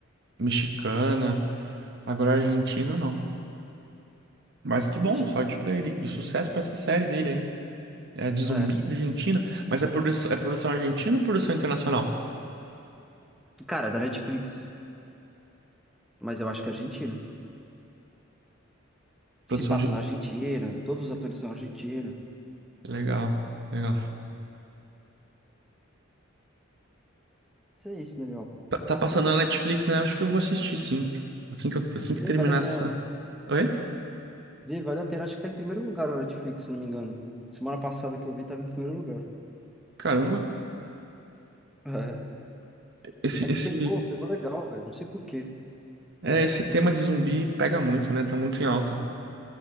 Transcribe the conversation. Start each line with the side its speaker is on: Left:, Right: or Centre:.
Right: mexicana. Agora, argentino, não. Mas que bom,
Centre: Mex-
Right: sorte pra ele. E sucesso pra essa série dele aí. É de zumbi
Centre: É,
Right: argentina, mas é, produção é produção argentina ou produção internacional?
Centre: cara, é da Netflix, mas eu acho que é argentino.
Right: Produção
Centre: Se passa
Right: argentina.
Centre: na Argentina, todos os atores são argentinos.
Right: Legal, legal.
Centre: Isso é isso, Daniel.
Right: Tá, tá passando na Netflix, né? Acho que eu vou assistir, sim. Assim que, eu- assim que
Centre: Vê,
Right: terminar
Centre: vale a
Right: essa.
Centre: pena.
Right: Oi?
Centre: Vê, vale a pena. Acho que tá em primeiro lugar na Netflix, se não me engano. Semana passada que eu vi, tava em primeiro lugar.
Right: Caramba.
Centre: É.
Right: Esse,
Centre: É que
Right: esse,
Centre: pegou, pegou legal, velho. Não sei por quê.
Right: é, esse tema de zumbi pega muito, né? Tá muito em alta.